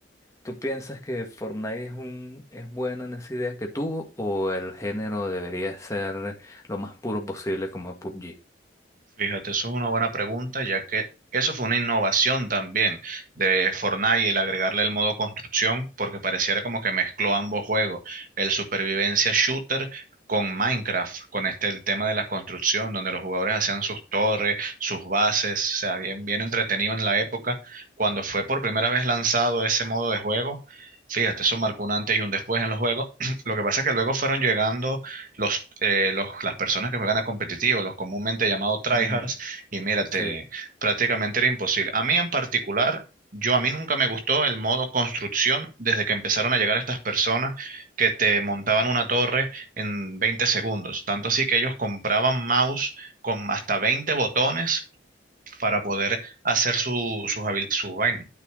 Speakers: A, on the left; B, on the right.
A: tú piensas que Fortnite es un, es buena en esa idea que tuvo o el género debería ser lo más puro posible como PUBG?
B: Fíjate, eso es una buena pregunta, ya que eso fue una innovación también de Fortnite, el agregarle el modo construcción, porque pareciera como que mezcló ambos juegos, el supervivencia shooter con Minecraft, con este el tema de la construcción, donde los jugadores hacían sus torres, sus bases, o sea, bien, bien entretenido en la época. Cuando fue por primera vez lanzado ese modo de juego, fíjate, eso marcó un antes y un después en los juegos. <clears throat> Lo que pasa es que luego fueron llegando los, eh, los- las personas que juegan a competitivo, los comúnmente llamados tryhards,
A: Mm,
B: y mírate,
A: sí.
B: prácticamente era imposible. A mí en particular, yo a mí nunca me gustó el modo construcción desde que empezaron a llegar estas personas que te montaban una torre en 20 segundos. Tanto así que ellos compraban mouse con hasta 20 botones para poder hacer su, sus, habil- su vaina,